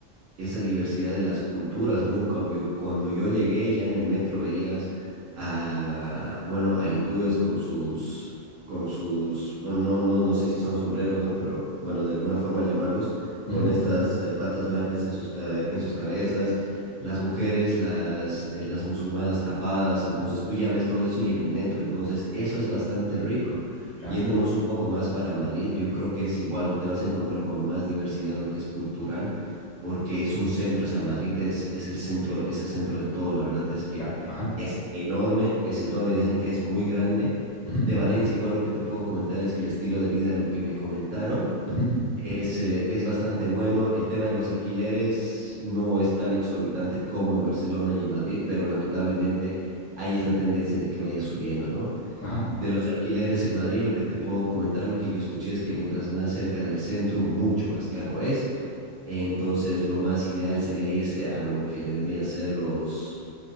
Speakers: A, on the right; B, on the left.
A: esa diversidad de las culturas, ¿no? En cambio, cuando yo llegué ya en el metro veías a, bueno, a hindúes con sus, con sus, bueno, no, no, no sé si son sombreros, ¿no? Pero bueno, de alguna forma llamarlos, con
B: Ujú,
A: estas eh, batas blancas en sus, cabe- en sus cabezas, las mujeres, las, eh, las musulmanas tapadas, entonces tú ya ves todo eso y en el metro, entonces eso es bastante rico.
B: Claro,
A: Yéndonos un poco más para Madrid, yo creo que es igual, no te vas a encontrar con más diversidad lo que es cultural porque es un centro, o sea, Madrid es, es el centro, es el centro de todo, la verdad es que
B: claro. Ajá.
A: es enorme, es enorme, dicen que es muy grande.
B: ujú,
A: De Valencia, igual lo que te puedo comentar es que el estilo de vida, lo que me comentaron,
B: ujú,
A: es, eh, es bastante bueno. El tema de los alquileres no es tan exorbitante como en Barcelona y en Madrid, pero lamentablemente hay esta tendencia de que vaya subiendo, ¿no?
B: ajá,
A: de los alquileres en Madrid, lo que te puedo comentar, lo que yo escuché es que mientras más cerca del centro, mucho más caro es. Entonces, lo más ideal sería irse a lo que vendría a ser los,